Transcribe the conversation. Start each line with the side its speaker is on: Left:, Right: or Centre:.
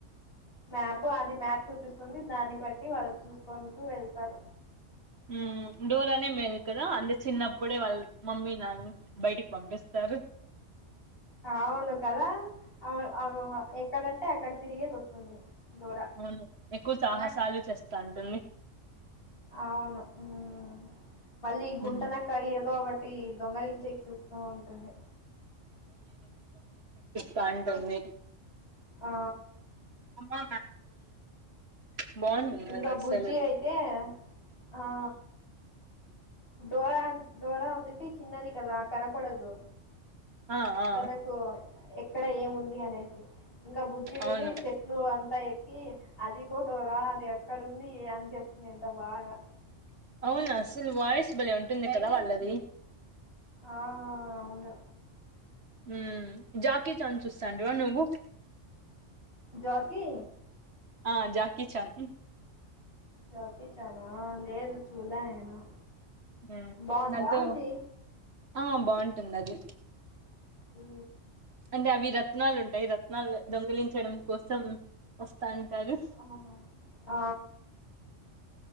Left: మ్యాప్ అది మ్యాప్ చూపిస్తుంది దాన్ని బట్టి వాళ్ళు చూసుకుంటూ వెళ్తారు
Right: ఉమ్ డోరా నే మేలు కదా అంటే చిన్నప్పుడే వాళ్ళ మమ్మీ నాన్న బయటికి పంపిస్తారు
Left: అవును కదా ఆ ఎక్కడంటే అక్కడ తిరిగేసి వస్తుంది డోరా
Right: అవును ఎక్కువ సాహసాలు చేస్తా స్తంటోంది
Left: అవును ఉమ్ మళ్ళీ గుంటంనక్క
Right: ఉమ్
Left: ఏదో ఒక టి దొంగలించేకి చూస్తూ ఉంటుంది
Right: తాంట ఉంది
Left: ఆ
Right: అమ్మా మ ఉమ్ బాగుంటుంది
Left: ఇంకా
Right: అది అస్సలు
Left: బుజ్జి అయితే ఆ డోరా డోరా వచ్చేసి చిన్నది కదా కనపడదు
Right: ఆ ఆ
Left: తనకు ఎక్కడ ఏముంది అనేసి ఇంకా బుజ్జి అయితే
Right: అవును
Left: చెట్లు అంతా ఎక్కి అది గో డోరా అది ఎ అక్కడ ఉంది అని చెప్తుంది ఎంత బాగా
Right: అవును అసలు వాయిస్ భలే ఉంటుంది కదా వాళ్ళది
Left: ఆ అవును
Right: ఉమ్ జాకీచాన్ చూస్తంటివా నువ్వు
Left: జాకి
Right: ఆ జాకి చాన్
Left: జకీ చానా లేదు చుళ్ళ్య నేను
Right: హ్మ్.
Left: బందా
Right: దాంతో
Left: అది
Right: ఆ బాగుంటుంది అది
Left: ఉ
Right: అంటే అవి రత్నాలు ఉంటాయి రత్నాలు దొంగలించడం కోసం వస్తా అంటారు
Left: అహహ ఆ